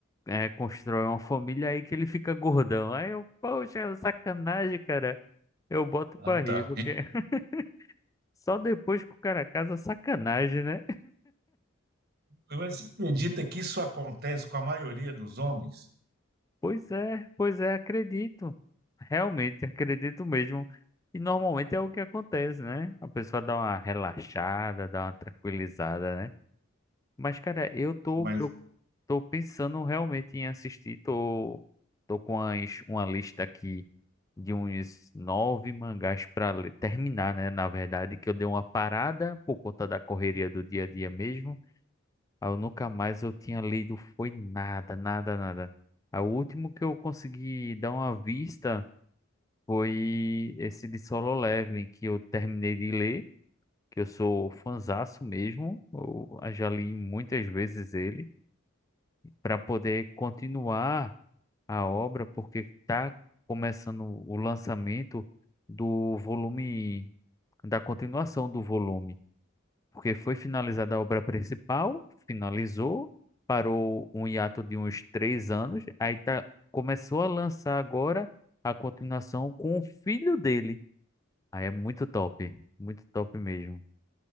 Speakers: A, on the left; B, on the right.
A: é, constrói uma família, aí que ele fica gordão. Aí eu, poxa, é sacanagem, cara. Eu boto
B: Ah,
A: pra rir,
B: tá.
A: porque <laughs> só depois que o cara casa, sacanagem, né?
B: Você acredita que isso acontece com a maioria dos homens?
A: Pois é, pois é, acredito. Realmente, acredito mesmo. E normalmente é o que acontece, né? A pessoa dá uma relaxada, dá uma tranquilizada, né? Mas, cara, eu tô,
B: Mas,
A: pro- tô pensando realmente em assistir. Tô, tô com as, uma lista aqui de uns nove mangás pra le- terminar, né? Na verdade, que eu dei uma parada por conta da correria do dia a dia mesmo. Aí eu nunca mais eu tinha lido, foi nada, nada, nada. Aí o último que eu consegui dar uma vista foi esse de Solo Leveling, que eu terminei de ler, que eu sou fanzaço mesmo. Eu já li muitas vezes ele para poder continuar a obra, porque está começando o lançamento do volume, da continuação do volume, porque foi finalizada a obra principal, finalizou, parou um hiato de uns três anos, aí tá, começou a lançar agora a continuação com o filho dele. Aí é muito top, muito top mesmo.